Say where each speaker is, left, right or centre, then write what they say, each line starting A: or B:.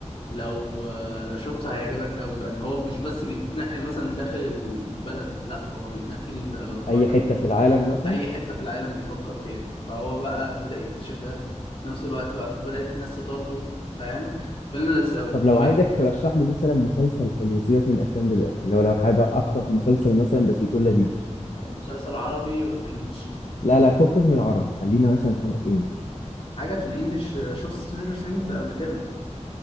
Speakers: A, on the left; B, on the left.
A: لو لو شفته هيعجبك قوي بقى ان هو مش بس بيتنقل مثلا داخل البلد لا هو بيتنقل بره
B: اي حتة
A: ال-
B: في العالم مثلا
A: اي حتة في العالم بيفكر فيها فهو بقى بدأ يكتشف ده في نفس الوقت بقى بدأت الناس تطارده فاهم فيلم لذيذ قوي
B: طب لو
A: طب
B: عايزك
A: إنت-
B: ترشح لي مثلا مسلسل حلو سيبك من افلام دلوقتي اللي هو لو حابب اخطف مسلسل مثلا بس يكون لذيذ
A: طب مسلسل عربي ولا انجلش
B: لا لا فكك من عربي خلينا مثلا حاجة في انجلش
A: حاجة في الانجليش شفت سترينجر ثينجز قبل كده